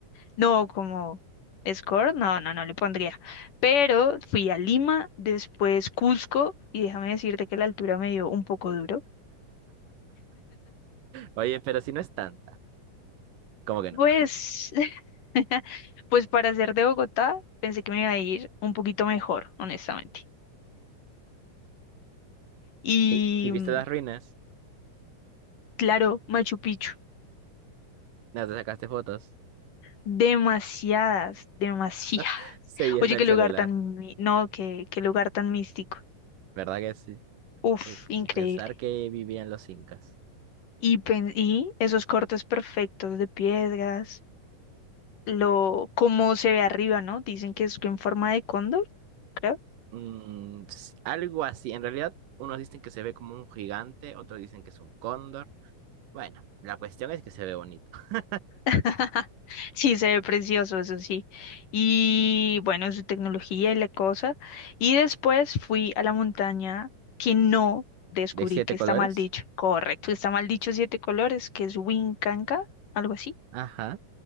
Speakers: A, on the left; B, on the right.
A: No, como score, no, no, no le pondría. Pero fui a Lima, después Cusco, y déjame decirte que la altura me dio un poco duro.
B: Oye, pero si no es tanta. ¿Cómo que no?
A: Pues, <laughs> pues para ser de Bogotá, pensé que me iba a ir un poquito mejor, honestamente. Y
B: ¿Y, y viste
A: mm,
B: las ruinas?
A: claro, Machu Picchu.
B: ¿No te sacaste fotos?
A: Demasiadas, demasiadas.
B: <laughs> Se llena
A: Oye,
B: el
A: qué
B: celular.
A: lugar tan, mi- no, qué, qué lugar tan místico.
B: ¿Verdad que sí?
A: Uf,
B: Y,
A: increíble.
B: y pensar que vivían los incas.
A: Y, pen- y esos cortes perfectos de piedras, lo, cómo se ve arriba, ¿no? Dicen que es en forma de cóndor, creo.
B: Mm, s- algo así. En realidad, unos dicen que se ve como un gigante, otros dicen que es un cóndor. Bueno, la cuestión es que se ve bonito. <laughs>
A: <laughs> Sí, se ve precioso, eso sí. Y bueno, su tecnología y la cosa. Y después fui a la montaña que no descubrí
B: ¿De siete
A: que está
B: colores?
A: mal dicho. Correcto, está mal dicho siete colores, que es Wincanca, algo así.
B: Ajá.